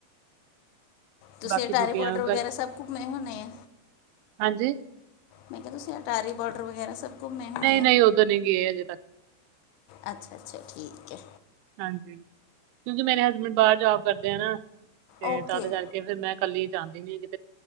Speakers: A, on the left (about 80°); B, on the right (about 85°).
A: ਤੁਸੀਂ
B: ਬਾਕੀ
A: ਅਟਾਰੀ
B: ਛੁੱਟੀਆਂ
A: ਬੋਰਡਰ ਵਗੈਰਾ
B: ਕਰ
A: ਸਭ ਘੁੰਮੇ ਹੋਨੇ ਆ?
B: ਹਾਂਜੀ?
A: ਮੈਂ ਕਿਹਾ, ਤੁਸੀਂ ਅਟਾਰੀ ਬੋਡਰ ਵਗੈਰਾ ਸਭ ਘੁੰਮੇ ਹੋਣੇ
B: ਨਹੀਂ-ਨਹੀਂ, ਓਧਰ ਨੀ ਗਏ ਅਜੇ ਤੱਕ।
A: ਅੱਛਾ-ਅੱਛਾ ਠੀਕ ਐ।
B: ਹਾਂਜੀ, ਕਿਉਂਕਿ ਮੇਰੇ ਹਸਬੈਂਡ ਬਾਹਰ ਜੋਬ ਕਰਦੇ ਆ ਨਾ, ਤੇ
A: ਓਕੇ
B: ਤਦ ਕਰ ਫਿਰ ਮੈਂ ਕੱਲੀ ਜਾਂਦੀ ਨੀ ਕਿ